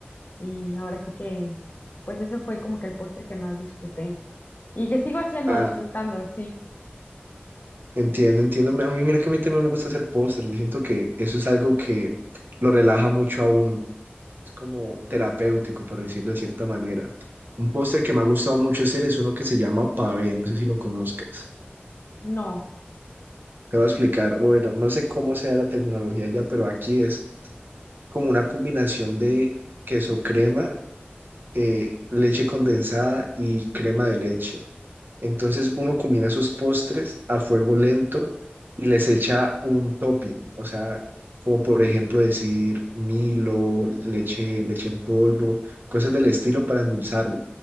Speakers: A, on the left; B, on the right.
A: y ahora sí que, pues eso fue como que el postre que más disfruté y que sigo haciendo,
B: Ah,
A: disfrutando, sí.
B: entiendo, entiendo. A mí, mira que a mí también me gusta hacer postres, yo siento que eso es algo que lo relaja mucho a uno. Es como terapéutico, por decirlo de cierta manera. Un postre que me ha gustado mucho hacer es uno que se llama pavé, no sé si lo conozcas.
A: No,
B: Te voy a explicar, bueno, no sé cómo sea la terminología ya, pero aquí es como una combinación de queso crema, eh, leche condensada y crema de leche. Entonces uno combina esos postres a fuego lento y les echa un topping, o sea, como por ejemplo decir Milo, leche, leche en polvo, cosas del estilo para endulzarlo.